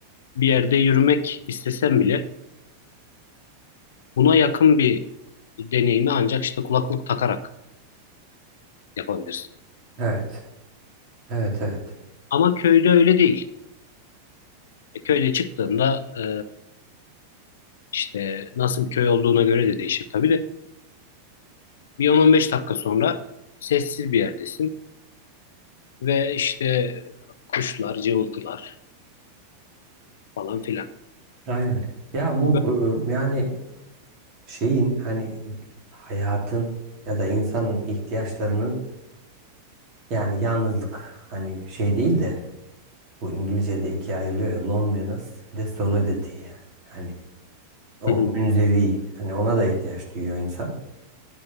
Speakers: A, on the left (about 60°); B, on the right (about 40°).
A: bir yerde yürümek istesen bile buna yakın bir deneyimi ancak işte kulaklık takarak yapabilirsin.
B: Evet. Evet. Evet.
A: Ama köyde öyle değil. E, köyde çıktığında e, işte nasıl bir köy olduğuna göre de değişir tabii de. Bir 10-15 dakika sonra sessiz bir yerdesin. Ve işte kuşlar, cıvıltılar falan filan.
B: Aynen. Ya bu
A: Bö-
B: e, yani şeyin hani hayatın ya da insanın ihtiyaçlarının yani yalnızlık hani şey değil de bu İngilizce'de ikiye ayrılıyor ya loneliness bir de solidity yani. Hani o
A: Hı hı,
B: münzevi hani ona da ihtiyaç duyuyor insan.